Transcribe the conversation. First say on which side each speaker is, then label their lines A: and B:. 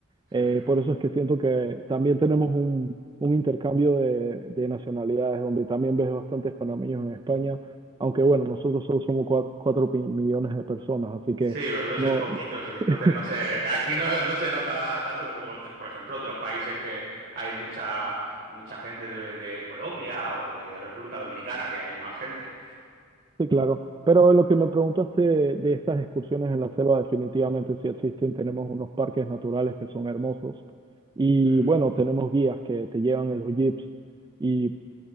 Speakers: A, on the right (about 20°); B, on the right (about 45°).
A: Eh,
B: ujú.
A: por eso es que siento que también tenemos un, un intercambio de, de nacionalidades, donde también ves bastantes panameños en España, aunque bueno, nosotros solo somos cua- cuatro, pi- millones de personas, así que
B: Sí, vosotros
A: no,
B: sois poquitos y entonces
A: <laughs>
B: no sé, aquí no, no se nota tanto como, ot- por ejemplo, otros países que hay mucha, mucha gente de, de Colombia o de República Dominicana, que hay más gente.
A: Sí, claro. Pero lo que me preguntaste de, de estas excursiones en la selva, definitivamente sí existen. Tenemos unos parques naturales que son hermosos. Y
B: Mm.
A: bueno, tenemos guías que te llevan en los jeeps y